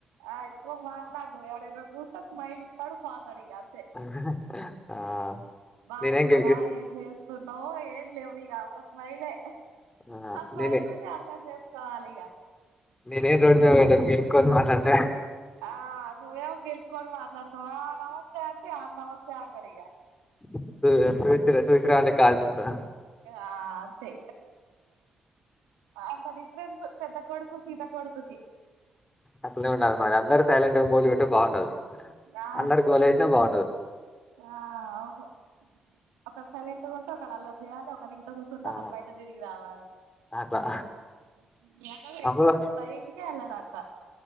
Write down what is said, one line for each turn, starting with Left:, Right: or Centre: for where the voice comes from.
Right: ఆ ఎక్కువ మాట్లాడు <unintelligible> యిన చూస్తే స్మైల్ ఇస్తాడు పాతాడిగాని
Left: ఆ <unintelligible>
Right: బాగున్నావా ఏం చేస్తావ్ ఏం లేవు ఇగ ఒక స్మైలే
Left: ఆ
Right: స్మైల్
Left: నేనే
Right: చూసే అర్థం చేసుకోవాలి ఇగ
Left: నేను రోడ్ మీద పోయేటోడిని గెల్లుకుని మాట్లాడత
Right: ఆ నువ్వేమో గీరుక్కొని మాట్లాడతావ ఆ నమస్తే అంటే ఆ నమస్తే అంటాడు ఇగ
Left: <unintelligible> అంటె కాల్చి వస్తాదా
Right: ఆ అంతే అంత డిఫరెన్స్ పెద్ద కొడుకు చిన్ చిన్న కొడుకు
Left: అట్లనే ఉండాలి మరి అందరు సైలెంట్గా మోలిగా ఉంటే బాగుండదు
Right: ఆ
Left: అందరు గోల చేసినా బాగుండదు
Right: ఆ అవును అక్కడ సైలెంట్ గా ఉంటే ఒకరు అల్లరి చేయాలి ఒకరు ఇంట్లో కూస్ కొంటె
Left: ఆ
Right: ఒకళ బయట తిరిగి రావాలి
Left: అట్లా
Right: ఉ మీ అన్న గడు
Left: అమ్ములు
Right: ఇంట్లో నుంచి బై టికే వెళ్ళాడు అట